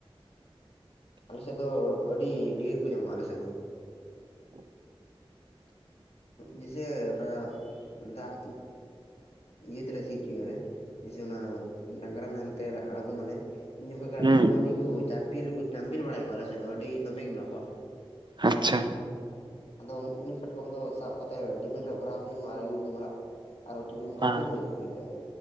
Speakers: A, on the left; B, on the right.
A: ᱟᱞᱮᱥᱮᱫ ᱫᱚ ᱟᱹᱰᱤ ᱰᱷᱮᱨ ᱠᱚ ᱧᱟᱢᱚᱜ-ᱟ᱾ ᱟᱞᱮᱥᱮᱫ ᱫᱚ ᱡᱮᱥᱮ <unintelligible> ᱫᱟᱜ ᱤᱭᱟᱹ ᱛᱮᱞᱮ ᱥᱤ ᱦᱚᱪᱚᱭᱟᱞᱮ ᱡᱮᱭᱮ ᱚᱱᱟ ᱰᱟᱝᱨᱟ ᱱᱟᱦᱮᱞ ᱛᱮ ᱟᱬᱜᱚᱢᱚᱢᱟᱞᱮ ᱩᱱ ᱡᱚᱠᱷᱚᱱ ᱠᱟᱴᱠᱚᱢᱦᱚᱸ
B: ᱦᱩᱸ
A: ᱟᱹᱰᱤᱠᱩ ᱪᱟᱯᱤᱞ ᱪᱟᱯᱤᱞ ᱵᱟᱲᱟᱭ ᱠᱚᱣᱟ ᱟᱞᱮᱥᱮᱫ ᱫᱚ ᱟᱹᱰᱤ ᱫᱚᱢᱮᱜᱮ ᱢᱮᱱᱟᱜ ᱠᱚᱣᱟ᱾
B: ᱟᱪᱪᱷᱟ
A: ᱟᱫᱚ ᱩᱱᱤ ᱠᱟᱴᱠᱚᱢ ᱫᱚ ᱥᱟᱵ ᱠᱟᱛᱮᱫ ᱴᱤᱯᱷᱤᱱ ᱨᱮ ᱵᱷᱚᱨᱟᱣᱩᱢ ᱟᱨ ᱟᱹᱜᱩᱢ ᱚᱲᱟᱜ ᱟᱨ ᱩᱛᱩ ᱠᱚ ᱫᱚ
B: ᱦᱮᱸ
A: ᱟᱹᱰᱤ ᱢᱚᱸᱡᱽ ᱜᱮ ᱟᱹᱭᱠᱟᱹᱜ-ᱟ